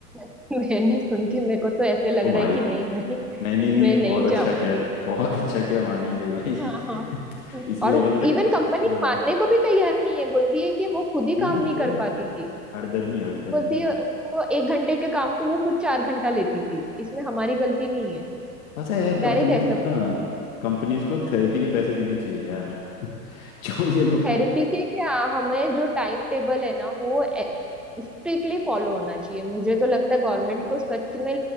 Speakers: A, in the centre; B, on the left.
A: <laughs> मैंने सुन के मेरे को तो ऐसे लग
B: ओ
A: रहा
B: भाई
A: है कि नहीं भाई
B: नहीं नहीं नहीं
A: मैं नहीं
B: बहुत अच्छा
A: जाऊंगी
B: किया बहुत अच्छा किया मानेंगे भाई
A: हाँ हाँ
B: <laughs> इस लेवल
A: और इवन
B: तक
A: कंपनी
B: हाँ
A: मानने को भी तैयार नहीं है बोलती है कि वो खुद ही काम
B: यही
A: नहीं
B: तो
A: कर पाती थी
B: हठधर्मी हठधर्मी
A: बोलती है वो एक घंटे के काम को वो खुद चार घंटा लेती थी इसमें हमारी गलती नहीं है
B: पता है यार कंपनीज
A: डायरेक्ट ऐसा
B: को ना कंपनीज को थेरेपी के पैसे देने चाहिए यार <laughs> जो ये लोग
A: थेरेपी के क्या हमें जो टाइम टेबल है ना वो स्ट्रिक्टली फॉलो होना चाहिए मुझे तो लगता है गवर्नमेंट को सच में